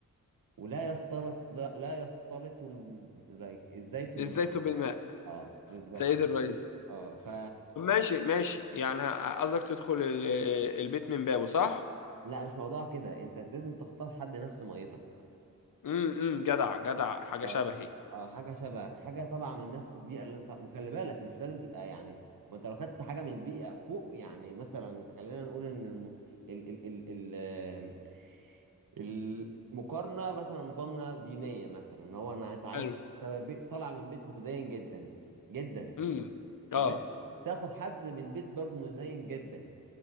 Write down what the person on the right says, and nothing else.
ولا يختلط لا, لا يختلط الم... لا- الزيت بالمعجون
اه بالظبط
اه ف
لا مش موضوع كده انت لازم تختار حد نفس ميتك
اه
اه حاجه شبهك حاجه طالعه من نفس البيئه اللي انت طالع وخلي بالك مش لازم تبقى يعني ما انت لو خدت حاجه من بيئه فوق يعني مثلا خلينا نقول ان الم... ال... ال... ال... ال... المقارنه مثلا مقارنه دينيه مثلا ان هو انا انت عايز
ترى بي- طالع من بيت متدين جدا جدا
فلا
تاخد حد من بيت برضه متدين جدا